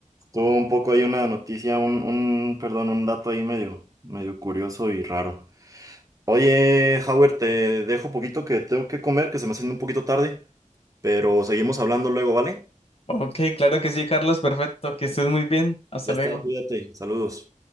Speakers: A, on the right; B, on the left.
A: Tuvo un poco ahí una noticia, un, un, perdón, un dato ahí medio, medio curioso y raro. Oye, Howard, te dejo poquito que tengo que comer, que se me haciendo un poquito tarde, pero seguimos hablando luego, ¿vale?
B: Ok, claro que sí, Carlos, perfecto, que estés muy bien. Hasta
A: Ya está,
B: luego.
A: cuídate. Saludos.